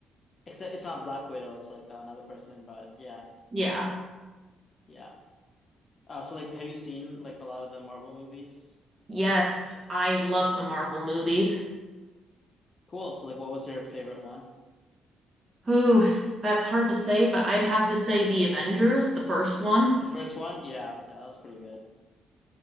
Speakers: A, on the left (about 35°); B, on the right (about 30°).
A: Except it's not Black Widow, it's like another person, but yeah.
B: Yeah.
A: Yeah. Uh so like have you seen like a lot of the Marvel movies?
B: Yes, I love the Marvel movies.
A: Cool. So like what was your favorite one?
B: Whew, that's hard to say, but I'd have to say the Avengers, the first one.
A: The first one? Yeah, yeah, that's pretty good.